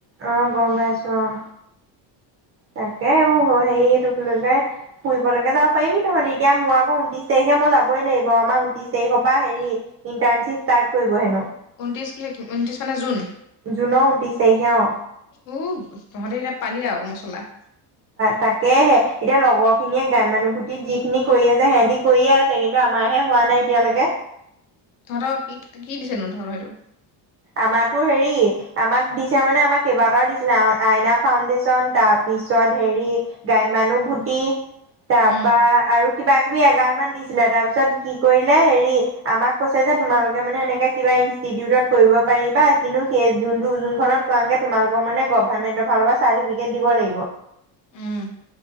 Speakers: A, on the right (about 35°); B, on the left (about 45°).
A: আহ গম পাইছো আহ তাকে এইবোৰ হৈ সেইটোক ফুৰিবলৈকে যাব পাৰিবি তহঁতি এতিয়া মোৰ আকৌ উনত্ৰিশ তাৰিখে মই যাবই লাগিব আমাৰ ঊনত্ৰিশ তাৰিখৰ পৰা হেৰি ইন্টাৰ্নশিপ ষ্টাৰ্ট কৰিব হেনো
B: ঊত্ৰিছ ঊত্ৰিছ মানে জুন
A: জুনৰ ঊনত্ৰিশ তাৰিখে অ
B: উ তহঁতে এতিয়া পালি আৰু মছলা
A: তাকেহে এতিয়া লগৰ খিনিয়ে গ্ৰাম্যানুভূতিত যিখিনি কৰি আছে সিহঁতি কৰিয়ে আছে কিন্তু আমাহে হোৱা নাই এতিয়ালৈকে
B: তহঁত কি কি দিছেনো তহৰ সেইটো
A: আমাৰতো হেৰি আমাক দিছে মানে আমাক কেইবাটাও দিছিলে আইনা ফাউডেশ্যন তাৰ পিছত হেৰি গাম্যানুভূতি তাৰপা
B: উম
A: আৰু কিবা <unintelligible> এগাল মান দিছিলে তাৰপিছত কি কৰিলে হেৰি আমাক কৈছে যে তোমালোকে মানে এনেকে কিবা ইনষ্টিটিউটত কৰিব পাৰিবা কিন্তু সেই যোনটো যোনখনত কৰাগে তোমালোকক মানে গভাৰমেন্টৰ ফালৰ পৰা চৰ্টিফিকেট দিব লাগিব
B: উম